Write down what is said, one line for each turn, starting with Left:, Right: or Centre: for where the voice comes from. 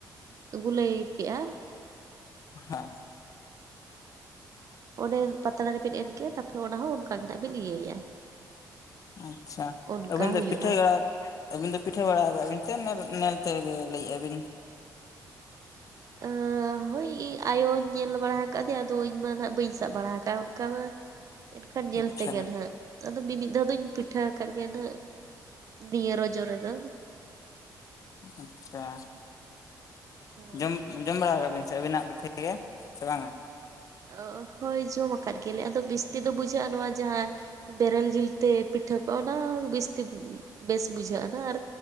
Right: ᱛᱩᱵᱩ ᱞᱟᱹᱭ ᱠᱮᱜᱼᱟ
Left: ᱦᱮ
Right: ᱚᱱᱮ ᱯᱟᱛᱲᱟ ᱨᱮᱵᱤᱱ ᱮᱢ ᱠᱮᱜ-ᱟ ᱛᱟᱨᱯᱚᱨᱮ ᱚᱱᱟ ᱦᱚᱸ ᱚᱱᱠᱟ ᱜᱮ ᱱᱟᱜ ᱵᱤᱱ ᱤᱭᱟᱹᱭᱟ
Left: ᱟᱪᱪᱷᱟ
Right: ᱚᱱᱠᱟ
Left: ᱟᱵᱮᱱ
Right: ᱦᱩᱭᱩᱜᱼᱟ
Left: ᱫᱚ ᱯᱤᱴᱷᱟᱹ ᱟᱹᱵᱤᱱ ᱫᱚ ᱯᱤᱴᱷᱟᱹ ᱵᱟᱲᱟ ᱠᱟᱜᱟ ᱵᱤᱱ ᱥᱮ ᱱᱮᱞ ᱛᱮᱜᱮ ᱵᱮ ᱞᱟᱹᱭᱮᱜᱼᱟ ᱵᱤᱱ?
Right: <unintelligible> ᱦᱳᱭ ᱤᱧ ᱟᱭᱳᱧ ᱧᱮᱞ ᱵᱟᱲᱟ ᱟᱠᱟᱫᱮᱭᱟ ᱟᱫᱚ ᱤᱧᱢᱟ ᱱᱟᱜ ᱵᱟᱹᱧ ᱥᱟᱵ ᱵᱟᱲᱟ ᱟᱠᱟᱫᱼᱟ ᱚᱱᱠᱟ ᱢᱟ ᱮᱱᱠᱷᱟᱱ ᱧᱮᱞ
Left: ᱟᱪᱪᱷᱟ
Right: ᱛᱮᱜᱮ ᱱᱟᱦᱟᱸᱜ ᱟᱫᱚ ᱢᱤᱢᱤᱫ ᱫᱷᱟᱣ ᱫᱚᱤᱧ ᱯᱤᱴᱷᱟᱹ ᱟᱠᱟᱫ ᱜᱮᱭᱟ ᱱᱟᱦᱟᱜ ᱱᱤᱭᱟᱹ ᱨᱚᱡᱚ ᱨᱮ ᱫᱚ
Left: ᱟᱪᱪᱷᱟ
Right: ᱦᱳᱭ
Left: ᱡᱚᱢ ᱡᱚᱢ ᱵᱟᱲᱟ ᱠᱟᱫᱟ ᱵᱤᱱ ᱥᱮ ᱟᱵᱤ ᱱᱟᱜ ᱯᱤᱴᱷᱟᱹ ᱜᱮ ᱥᱮ ᱵᱟᱝᱼᱟ?
Right: ᱚᱸ ᱦᱳᱭ ᱡᱚᱢ ᱟᱠᱟᱫ ᱜᱮᱭᱟᱞᱮ ᱟᱫᱚ ᱵᱮᱥᱛᱤ ᱫᱚ ᱵᱩᱡᱷᱟᱹᱜᱼᱟ ᱱᱚᱣᱟ ᱡᱟᱦᱟᱸ ᱵᱮᱨᱮᱞ ᱡᱤᱞᱛᱮ ᱯᱤᱴᱷᱟᱹ ᱠᱟᱣᱱᱟ ᱵᱮᱥᱛᱤ ᱵᱮᱥ ᱵᱩᱡᱷᱟᱹᱜ ᱟᱱᱟ ᱟᱨ